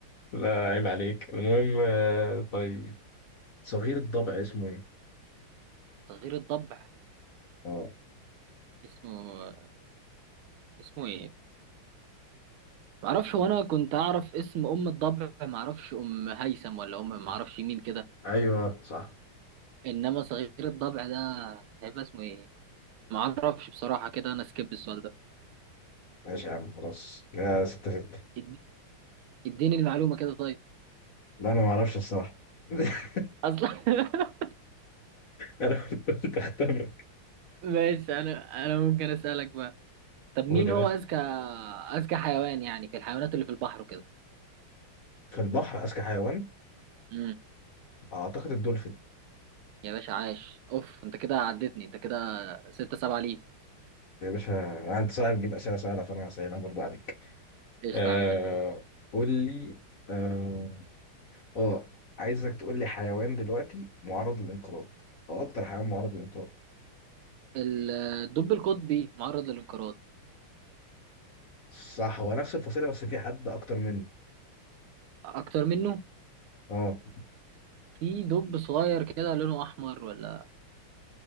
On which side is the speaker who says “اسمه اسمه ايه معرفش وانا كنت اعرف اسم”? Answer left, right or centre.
Right